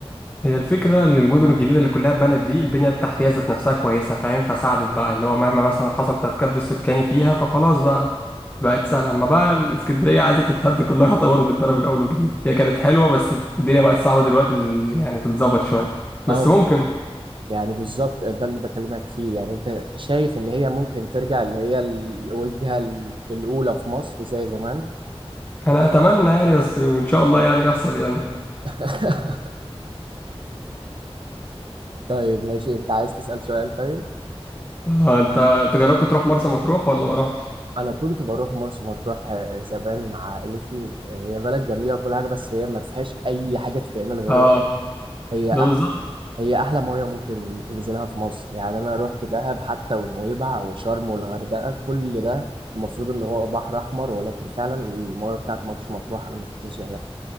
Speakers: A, on the left; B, on the right.
A: هي الفكرة إن المدن الجديدة اللي كلها اتبنت دي البنية التحتية ذات نفسها كويسة فاهم فساعدت بقى اللي هو مهما مثلا حصل تكدس سكاني فيها فخلاص بقى بقت سهلة أما بقى الإسكندرية عايزة تتهد كلها <laughs> يعتبر وتتبنى من أول وجديد هي كانت حلوة بس الدنيا بقت صعبة دلوقتي ال- يعني تتظبط شوية بس
B: اه
A: ممكن
B: يعني بالظبط ده اللي بكلمك فيه يعني انت شايف ان هي ممكن ترجع اللي هي الوجهة الاولى في مصر زي زمان
A: أنا أتمنى يعني بس وإن شاء الله يعني يحصل يعني
B: <laughs> طيب ماشي انت عايز تسأل سؤال طيب
A: آه أنت أنت جربت تروح مرسى مطروح ولا ما رحتش؟
B: انا كنت بروح مرسى مطروح آه، زمان مع عائلتي هي بلد جميله وكل حاجه بس هي ما فيهاش اي حاجه تتعمل غير
A: آه
B: هي أح...
A: ده بالظبط
B: هي احلى ميه ممكن تنزلها في مصر يعني انا رحت دهب حتى ونويبع وشرم والغردقه كل ده المفروض ان هو بحر احمر ولكن فعلا الميه بتاعت مرسى مطروح انا ما شفتش زيها